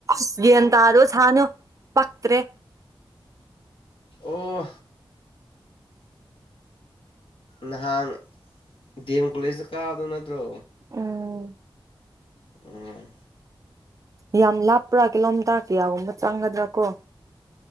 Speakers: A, on the right (about 40°); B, on the left (about 80°).
A: ꯁꯦꯜ ꯇꯟꯔꯨ ꯁꯅꯨ ꯄꯛꯇ꯭ꯔꯦ
B: ꯑꯣ ꯅꯍꯥꯟ ꯗꯦꯝ ꯀꯣꯂꯦꯖꯇ ꯀꯥꯕ ꯅꯠꯇ꯭ꯔꯣ
A: ꯎꯝ
B: ꯎꯝ
A: ꯌꯥꯝ ꯂꯥꯞꯄ꯭ꯔꯥ ꯀꯂꯣꯝꯇꯥꯛ ꯀꯌꯥꯒꯨꯝꯕ ꯆꯥꯡꯒꯗ꯭ꯔꯥ ꯀꯣ